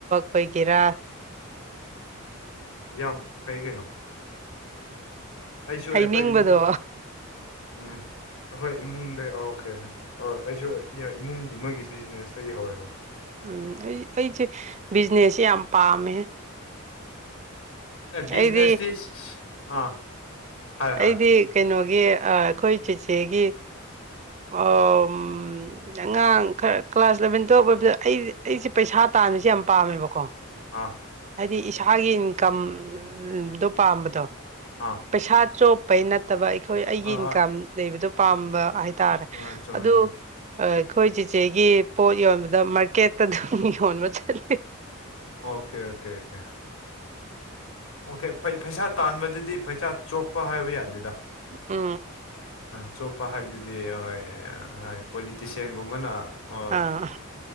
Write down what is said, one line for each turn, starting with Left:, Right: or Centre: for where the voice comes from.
Right: ꯑꯣꯏꯣꯏꯒꯦꯔꯥ
Left: ꯌꯥꯝ ꯐꯩ ꯀꯩꯅꯣ ꯑꯩꯁꯨ
Right: ꯍꯩꯅꯤꯡꯕꯗꯣ
Left: ꯑꯩꯈꯣꯏ ꯏꯃꯨꯡ ꯎꯝ ꯑꯩꯈꯣꯏ ꯏꯃꯨꯡꯗ ꯌꯥꯧꯔꯛꯀꯦ ꯑꯩꯁꯨ ꯏꯃꯨꯡꯒꯨꯝꯕꯒꯤ ꯕꯤꯖꯤꯅꯦꯁꯇ ꯌꯍꯧꯔꯦ ꯍꯧꯋꯦ
Right: ꯎꯝ ꯑꯩ ꯑꯩꯁꯦ ꯕꯤꯖꯤꯅꯦꯁꯁꯦ ꯌꯥꯝ ꯄꯥꯝꯃꯦ
Left: ꯑꯦ ꯕꯤꯖꯤꯅꯦꯁꯇ
Right: ꯑꯩꯗꯤ
Left: ꯑꯥ ꯍꯥꯏ ꯍꯥꯏ
Right: ꯑꯩꯗꯤ ꯀꯩꯅꯣꯒꯤ ꯑꯩꯈꯣꯏ ꯆꯤꯆꯦꯒꯤ ꯑꯣ ꯑꯉꯥꯡ ꯈꯔ ꯀ꯭ꯂꯥꯁ ꯏꯂꯚꯦꯟ ꯇꯋꯞ ꯑꯣꯏꯕꯗ ꯑꯩ ꯑꯩꯁꯤ ꯄꯩꯁꯥ ꯇꯥꯟꯃꯤꯁꯦ ꯌꯥꯝ ꯄꯥꯝꯃꯦꯕꯀꯣ
Left: ꯑ
Right: ꯍꯥꯏꯗꯤ ꯏꯁꯥꯒꯤ ꯏꯟꯀꯝꯗꯣ ꯄꯥꯝꯕꯗꯣ
Left: ꯑꯥ
Right: ꯄꯩꯁꯥ ꯑꯆꯣꯞꯄꯩ ꯅꯠꯇꯕ ꯑꯩꯈꯣꯏ ꯑꯩꯒꯤ
Left: ꯑꯥ
Right: ꯏꯟꯀꯝ ꯂꯩꯕꯗꯣ ꯄꯥꯝꯕ ꯍꯥꯏꯇꯥꯔꯦ
Left: ꯑꯥ ꯆꯨꯝꯃꯦ
Right: ꯑꯗꯨ
Left: ꯆꯨꯝꯃꯦ
Right: ꯑꯩꯈꯣꯏ ꯆꯤꯆꯦꯒꯤ ꯄꯣꯠ ꯌꯣꯟꯕꯗ ꯃꯥꯔꯀꯦꯠꯇ ꯑꯗꯨꯝ ꯌꯣꯟꯕ ꯆꯠꯂ
Left: ꯑꯣꯀꯦ ꯑꯣꯀꯦ ꯑꯣꯀꯦ ꯑꯣꯀꯦ ꯄꯩꯁꯥ ꯇꯥꯟꯕꯗꯨꯗꯤ ꯄꯩꯁꯥ ꯆꯣꯛꯄ ꯍꯥꯏꯕ ꯌꯥꯗꯦꯗ
Right: ꯑ
Left: ꯑ ꯆꯣꯞꯄ ꯍꯥꯏꯕꯗꯨꯗꯤ ꯍꯣꯏ ꯄꯣꯂꯤꯇꯤꯁꯤꯌꯥꯟꯒꯨꯝꯕꯅ ꯍꯣꯏ
Right: ꯑ